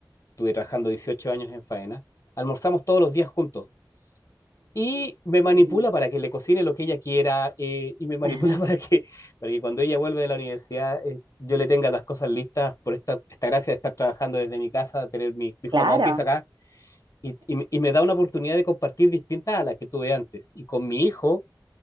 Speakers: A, on the left (about 45°); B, on the right (about 80°).
A: Estuve trabajando 18 años en faena. Almorzamos todos los días juntos. Y me manipula
B: Mm.
A: para que le cocine lo que ella quiera eh, y me manipula
B: Ajá.
A: <laughs> para que, para que cuando ella vuelve de la universidad eh, yo le tenga las cosas listas por esta, esta gracia de estar trabajando desde mi casa, tener mi, mi
B: Claro,
A: home office acá y, y, me y me da una oportunidad de compartir distinta a la que tuve antes. Y con mi hijo